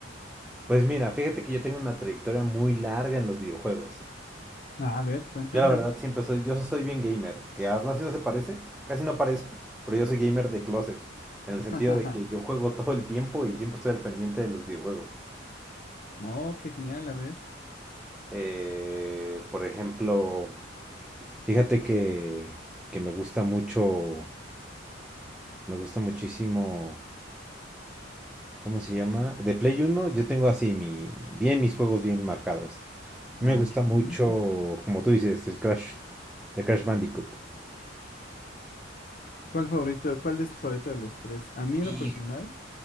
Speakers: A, in the centre; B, on the left (about 45°).
A: Pues mira, fíjate que yo tengo una trayectoria muy larga en los videojuegos.
B: Ah, a ver, cuéntame.
A: Yo la verdad siempre soy, yo soy bien gamer, que a no se parece, casi no parezco, pero yo soy gamer de closet, en el
B: <laughs>
A: sentido de que yo juego todo el tiempo y siempre estoy al pendiente de los videojuegos.
B: Oh, qué genial, a ver,
A: Eh, por ejemplo, fíjate que, que me gusta mucho, me gusta muchísimo, ¿cómo se llama? De Play uno, yo tengo así mi, bien mis juegos bien marcados. A mí
B: a
A: me gusta
B: ver.
A: mucho,
B: ujú.
A: como tú dices, el Crash, el Crash Bandicoot.
B: ¿Cuál favorito, cuál es tu favorito de los tres? A mí
A: Y,
B: en lo personal